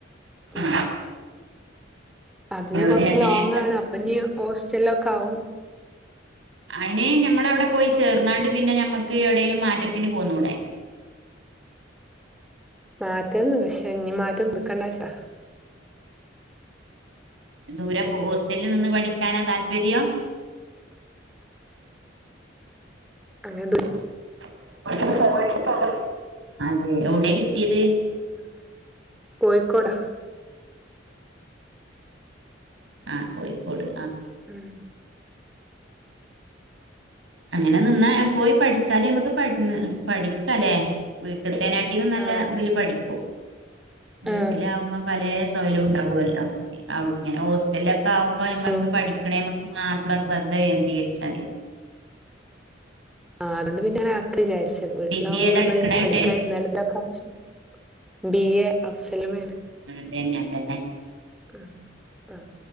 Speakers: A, in the centre; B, on the right (about 85°).
A: ഉം
B: ആ
A: അതിന്
B: എവിടെ
A: കൊറച്ച്
B: അങ്ങനെ
A: ലോങ്ങാണ് അപ്പനി ഹോസ്റ്റലിലൊക്കെ ആവും
B: അയിന് ഞമ്മള് അവിടെ പോയി ചേർന്നാണ്ട് പിന്നെ ഞമ്മക്ക് എവിടേലും മാറ്റത്തിന് പോന്നൂടെ
A: മാറ്റണംന്ന്ണ്ട് പക്ഷെ ഇനി മാറ്റം കൊടുക്കണ്ടാച്ച
B: ദൂര പോവോ ഹോസ്റ്റലിൽ നിന്ന് പഠിക്കാനാ താല്പര്യം
A: അങ്ങനെന്തോല്ല്യ
B: <unintelligible> അതെ എവടെ കിട്ടിയത്
A: ആ കോഴിക്കോടാ
B: ആ കോയിക്കോട്
A: ഉം
B: അങ്ങനെ നിന്നാ പോയി പഠിച്ചാല് ഞമ്മക്ക് പഠി ന്നാ പഠിക്കലേ വീ ത്ത്തേനാട്ടിലും നല്ല
A: ആഹ്
B: ഇതില്
A: പഠി
B: പഠിക്കും വീട്ടിലാവുമ്പം
A: ആഹ്
B: പലേ സൊകലും ഉണ്ടാവുല്ലോ ഔടെ ഇങ്ങനെ ഹോസ്റ്റല ക്കാവുമ്പോ ഞമ്മക്ക്
A: ഉം
B: പഠിക്കണേമക്ക് മാത്രം ശ്രദ്ധ കേന്ദ്രീകരിച്ചാ മതിയല്ല
A: ആ അതോണ്ട് പിന്നെ നാക് വിചാരിച്ചത് വീട്ടിലാവുമ്പോള്
B: ഡിഗ്രി ഏതാ എടുക്കണായിട്ട്
A: മ്മള് പഠിക്കാൻഇരിന്നാല് എന്തൊക്കെശ്യം ബി എ അഫ്സലുമേണ്
B: അതെന്നെ അതെന്നെ
A: ഉം ആഹ